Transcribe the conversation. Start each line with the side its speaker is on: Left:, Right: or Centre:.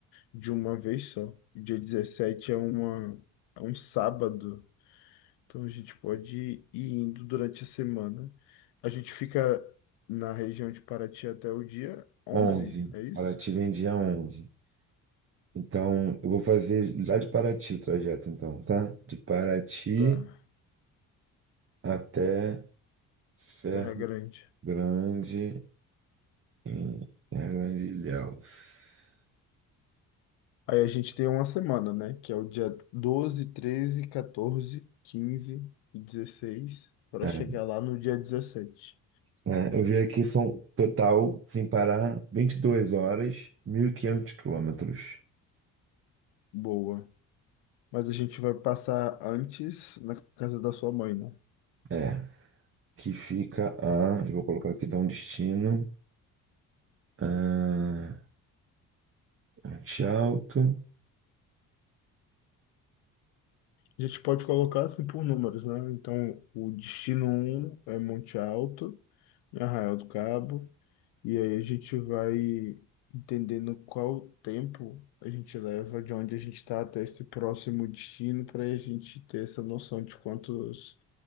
Left: de uma vez só. Dia 17 é, uma, é um sábado, então a gente pode ir indo durante a semana. A gente fica na região de Paraty até o dia 11,
Right: Onze.
Left: é isso?
Right: Paraty vem dia 11. Então, eu vou fazer lá de Paraty o trajeto, então, tá? De Paraty
Left: Tá,
Right: até Serra
Left: Terra Grande.
Right: Grande, em Serra Grande de Ilhéus.
Left: Aí a gente tem uma semana, né? Que é o dia 12, 13, 14, 15 e 16 para
Right: É,
Left: chegar lá no dia 17.
Right: é, eu vi aqui, são total, sem parar, 22 horas, 1.500 quilômetros.
Left: Boa. Mas a gente vai passar antes na casa da sua mãe, né?
Right: É, Que fica a. Eu vou colocar aqui, dá um destino. ah, Monte Alto.
Left: A gente pode colocar assim por números, né? Então, o destino um é Monte Alto, em Arraial do Cabo, e aí a gente vai entendendo qual tempo a gente leva de onde a gente está até esse próximo destino para a gente ter essa noção de quantas